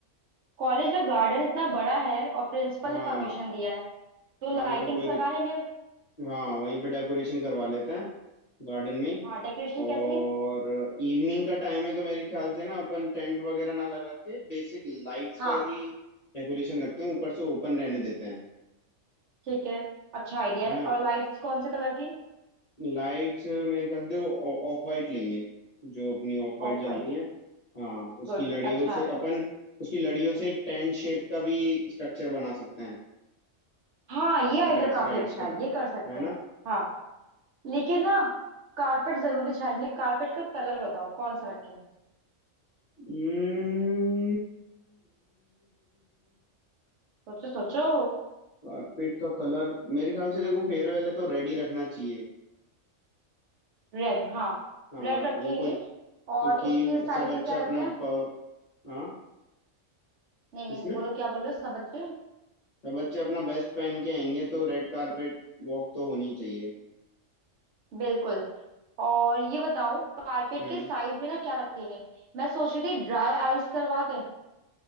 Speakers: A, on the right (about 65°); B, on the left (about 40°).
A: कॉलेज का गार्डन इतना बड़ा है और प्रिंसिपल
B: हाँ
A: ने परमिशन दिया है तो
B: हाँ
A: लाइटिंग्स
B: तो फिर कोई दिक...
A: लगा लेंगे
B: हाँ वहीं पे डेकोरेशन करवा लेते हैं गार्डन में ही
A: हाँ डेकोरेशन
B: और
A: कैसी
B: इवनिंग का टाइम है तो मेरे ख्याल से ना अपन टेंट वगैरह ना लगा के बेसिक लाइट्स
A: हाँ
B: का ही डेकोरेशन रखते हैं ऊपर से ओपन रहने देते हैं
A: ठीक है अच्छा आइडिया
B: है
A: है
B: ना
A: और लाइट्स कौन से कलर की
B: लाइट्स मेरे ख्याल से देखो ऑफ वाइट लेंगे जो अपनी ऑफ वाइट
A: ऑफ
B: जलती
A: वाइट
B: हैं हाँ उसकी
A: गुड
B: लड़ियों
A: अच्छा
B: से
A: है
B: अपन उसकी लड़ियों से एक टेंट शेप का भी स्ट्रक्चर बना सकते हैं
A: हाँ ये
B: सेटेलाइट्स
A: आइडिया काफी
B: राइट्स
A: अच्छा
B: का
A: है ये कर सकते
B: है ना
A: हैं हाँ लेकिन ना कारपेट जरूर बिछाएंगे कारपेट का कलर बताओ कौन सा रखें
B: हम्म,
A: सोचो सोचो
B: कारपेट का कलर मेरे ख्याल से देखो फेयरवेल है तो रेड ही रखना चाहिए
A: रेड हाँ
B: हाँ
A: रेड रखेंगे
B: वो कुछ क्योंकि
A: और उसके साइड
B: सब अच्छा
A: में क्या
B: अपना
A: रखें
B: प- हाँ
A: नहीं
B: किसमें
A: नहीं बोलो क्या बोल रहे हो सब बच्चे
B: सब बच्चे अपना बेस्ट पहन के आएंगे तो रेड कारपेट वॉक तो होनी चाहिए
A: बिल्कुल और ये बताओ कारपेट
B: हम्म
A: के साइड में ना क्या रखें मैं सोच रही थी ड्राई आइस करवा दें